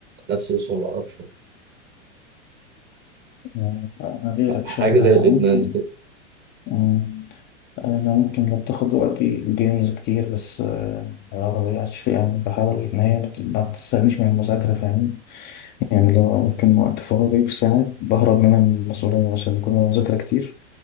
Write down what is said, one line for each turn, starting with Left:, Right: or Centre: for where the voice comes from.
Right: نفسي بس ما بعرفش
Left: آه، أنا غيرك
Right: حاجة
Left: شوية أنا
Right: زي الإدمان
Left: ممكن
Right: كده
Left: آه، أنا ممكن لو بتاخد وقتي الجيمز كتير بس آه، ما بضيعش فيه يعني بحاول إن هي بت- ما بتستنيش من المذاكرة فاهمني يعني لو ممكن وقت فراغي بساعات بهرب منها من المسؤولية مثلا بكون أنا مذاكرة كتير